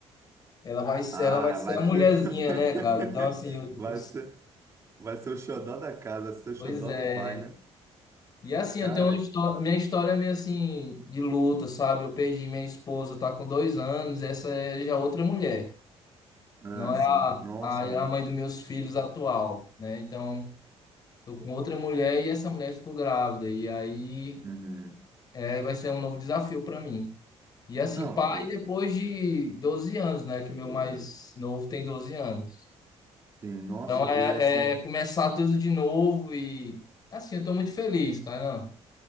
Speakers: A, on the left (about 35°); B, on the right (about 25°).
A: ela vai,
B: Ah,
A: ela vai ser
B: vai
A: a mulherzinha,
B: ser.
A: né,
B: <laughs>
A: cara? Então, assim, eu-
B: Vai
A: eu-
B: ser, vai ser o xodó da casa, vai ser o
A: pois
B: xodó
A: é.
B: do pai, né?
A: E assim,
B: Cara,
A: eu tenho uma história, minha história é meio assim, de luta, sabe? Eu perdi minha esposa, tá com dois anos, essa é já outra mulher.
B: ah,
A: Não é
B: sim.
A: a,
B: Nossa,
A: a,
B: mano.
A: a mãe dos meus filhos atual, né? Então, tô com outra mulher e essa mulher ficou grávida. E aí
B: Uhum.
A: é, vai ser um novo desafio para mim. E assim,
B: Não,
A: pai
B: e,
A: depois de 12 anos, né? Que meu mais novo tem 12 anos.
B: sim, nossa,
A: Então é,
B: e assim.
A: é começar tudo de novo e assim, eu tô muito feliz, Kainan.